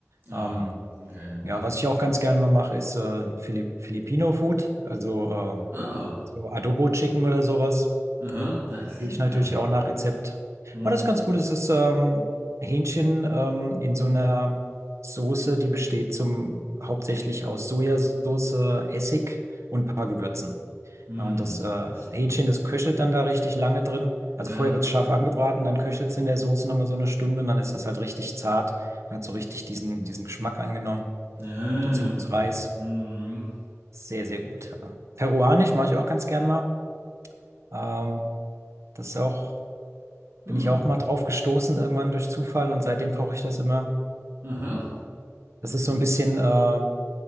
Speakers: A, on the right; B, on the right.
A: Ah,
B: Ähm,
A: okay, ja.
B: ja, was ich auch ganz gerne mal mache, ist äh, Fili Filipino Food, also äh,
A: Ah,
B: so Adobo Chicken oder sowas.
A: aha. Ah, das kenne
B: Ich
A: ich
B: natürlich
A: gar nicht.
B: auch nach Rezept.
A: Mhm.
B: Aber das ist ganz gut. Es ist ähm, Hähnchen ähm, in so einer Soße, die besteht zum, hauptsächlich aus Sojasauce, Essig und ein paar Gewürzen.
A: Mhm.
B: Ja, Und das äh,
A: So.
B: Hähnchen, das köchelt dann da richtig lange drin. Also
A: Ja.
B: vorher wird es scharf angebraten, dann köchelt es in der Soße nochmal so eine Stunde und dann ist das halt richtig zart. Dann hat so richtig diesen, diesen Geschmack angenommen.
A: Ja.
B: Dazu gibt es Reis.
A: Mhm.
B: Sehr, sehr gut. Ja. Peruanisch mache ich auch ganz gern mal. Ähm, das ist auch.
A: Mhm.
B: Bin ich auch mal drauf gestoßen, irgendwann durch Zufall und seitdem koche ich das immer.
A: Aha.
B: Das ist so ein bisschen äh, eine,